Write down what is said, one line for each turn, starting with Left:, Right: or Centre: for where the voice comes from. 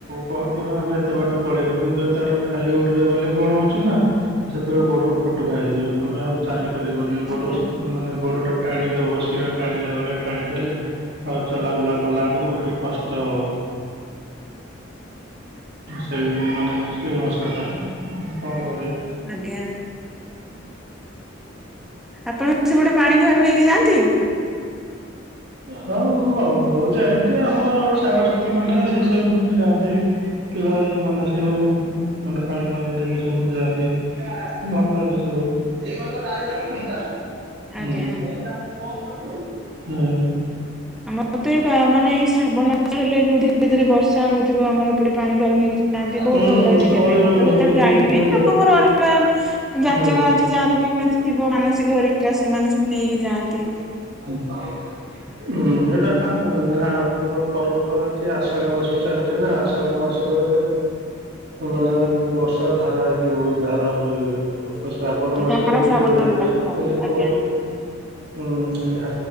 Right: କହନ୍ତି ହଁ ଆମେ ଏତେବାଟ ପଳେଇବୁ କିନ୍ତୁ ଏତେ ବାଟ ଖାଲି ଗୋଡ଼ରେ ଗଲେ କଣ ହେଉଛି ନା ସେତେବେଳେ ଗୋଡ ଫଟକା ହେଇଯିବ। ତମେ ଆଉ ଚାଲି ପାରିବନି। ଗୋଡ
Centre: ଆଜ୍ଞା।
Right: ମାନେ ଗୋଡ ଟା ଟାଣିଦବ। ଶିର ଟାଣିଲା ଭଳିଆ ଟାଣିଦେଲେ ଆଉ ଚଲାବୁଲା କଲା ବେଳକୁ ଭାରି କଷ୍ଟ ହଉ ସେଇ ମାନେ ସେଇ ମାସଟା କଣ କରିବା।
Centre: ଆଜ୍ଞା ଆପଣ ସେପଟେ ପାଣିଭାର ନେଇକି ଯାଆନ୍ତି?
Right: ହଁ ମ ମୁଁ ଯାଇନି ଯେ ଆମ ସାଙ୍ଗସାଥି ମାନେ ସେ ସବୁ ମନେ ଯାଆନ୍ତି ପିଲା ଏ ମାନ ଯୋଉ ମାନେ ପାଣି ଭାର ନେଇକି ସବୁ ଯାଆନ୍ତି ଭଲ ଲାଗେ ସବୁ <inaudible>
Centre: ଆଜ୍ଞା। ଆମର ତ ଏଇ ବା ମାନେ ଏଇ ଶ୍ରାବଣ ମାସ ହେଲେ ଯୋଉ ଧୀରେ ଧୀରେ ବର୍ଷା ହଉଥିବ ଆମର ଏପଟେ ପାଣି ବାହାର ନେଇକି ଯାଆନ୍ତି ବହୁତ
Right: ହୁଁ
Centre: ଭଲ ଲାଗେ ଦେଖିବା
Right: କହିବନି
Centre: ପାଇଁ ମୁଁ ତ କେତେବେଳେ ଯାଇନି
Right: ଏବେ
Centre: ଲୋକଙ୍କର ଅନେ <inaudible> ଯାଚନା
Right: ହୁଁ।
Centre: ଅଛି ଯାହାର ବି ମାନେ ଥିବ ମାନସିକ ହରିକା ସେମାନେ ସବୁ ନେଇକି ଯାଆନ୍ତି।
Right: <inaudible> ହୁଁ ଏଇଟା ଆ ଆମର ପରମ୍ପରା ଅଛି ଆଷାଢ ମାସ ଚାଲିଛି ନା ଆଷାଢ ମାସରେ ମାନେ ବର୍ଷା ଧାରା ହେଇକି ଧାରା ବହିବ। ଶ୍ରାବଣ ମାସରେ
Centre: ଧାରା
Right: ବି
Centre: ଶ୍ରାବଣ
Right: ଯୋଉ
Centre: ଯୋଉଟା କହନ୍ତି
Right: କେମିତି
Centre: ଆଜ୍ଞା
Right: କହିବୁ ହୁଁ ଭା